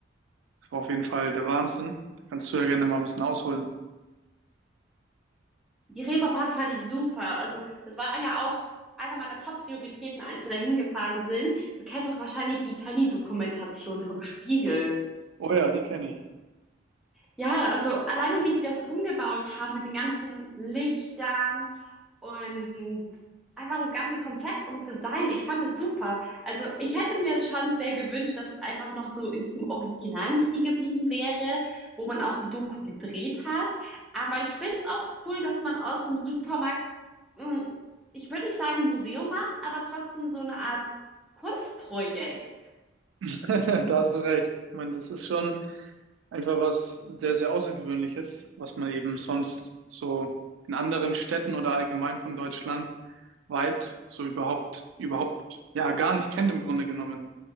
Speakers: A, on the right; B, in the centre.
A: Das war auf jeden Fall der Wahnsinn. Da kannst du ja gerne mal ein bisschen ausholen.
B: Die Reeperbahn fand ich super. Also das war ja auch einer meiner Top-Prioritäten, als wir da hingefahren sind. Du kennst doch wahrscheinlich die Penny-Dokumentation vom Spiegel.
A: Oh ja, die kenne ich.
B: Ja, also alleine wie die das umgebaut haben mit den ganzen Lichtern und einfach das ganze Konzept und Design, ich fand es super. Also ich hätte mir schon sehr gewünscht, dass es einfach noch so in diesem originalen Stil geblieben wäre, wo man auch die Doku gedreht hat. Aber ich finde es auch cool, dass man aus einem Supermarkt, mh, ich würde nicht sagen Museum macht, aber trotzdem so eine Art Kunstprojekt.
A: <laughs> Da hast du recht. Ich meine, das ist schon einfach was sehr, sehr Außergewöhnliches, was man eben sonst so in anderen Städten oder allgemein von Deutschland weit so überhaupt, überhaupt, ja, gar nicht kennt im Grunde genommen.